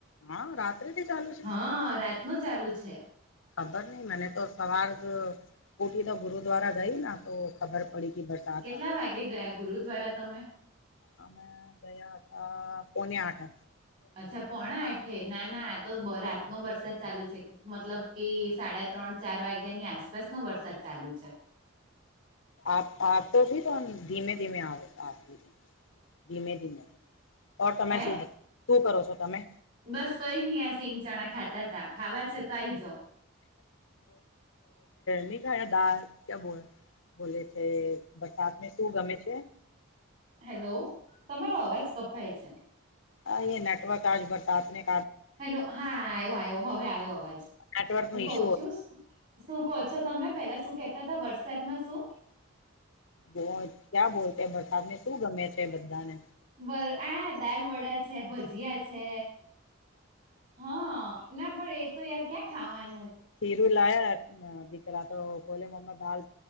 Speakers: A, on the left (about 65°); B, on the right (about 40°).
A: હા રાત્રે થી ચાલુ છે
B: હા રાત ન ચાલુ છે.
A: ખબર નહી મેને તો સવાર ઉઠી તો ગુરુદ્વારા ગઈ ના તો ખબર પરીથી વરસાત
B: કેટલા
A: આવે
B: વાગે
A: છે.
B: ગયા ગુરુદ્વારા તમે
A: અમે ગયા હતા પોને આઠ
B: અચ્છા પણણા આઠે ના ના આ તો રાતનોો વરસાદ ચાલુ છે. મતલબ કે સાડા ત્રણ ચાર વાગ્યાની આસપાસ નો વરસાદ ચાલુ છે.
A: આપ આ તોથી પણ ધીમે ધીમેતી ધીમે ધીમે ઓર તમે
B: હે
A: શું શું કરો છો, તમે
B: બસ કઈ નઈ આ સિંગ ચણા ખાતા તા ખાવા છે, તો આઈ જાાવ
A: ન ખાયા દાળ ક્યાં બો બોલે છે, બરસાદને શું ગમે છે.
B: હેલો તમારો અવાજ કપાય છે.
A: હા એ નેટવર્ક આજ ભરતા આપને
B: હેલો હા આવ્યો આવ્યો હવે આવ્યો અવાજ
A: નેટવર્ક નો
B: હું કઉ
A: ઇશ્યુ
B: છુ. શું કહો છો, તમે પેલા શું કેતા હતા વરસાદમાં શુ
A: બો ક્યાં બોલતા ભરસાદ ને શું ગમે છે, બધાને
B: વ આ દાલ વડા છે ભજીયા છે હા ના પણ એ તો યાર ક્યાં ખાવાનું
A: ખીરું લાયા દિકરા તો બોલે મ્ દાલ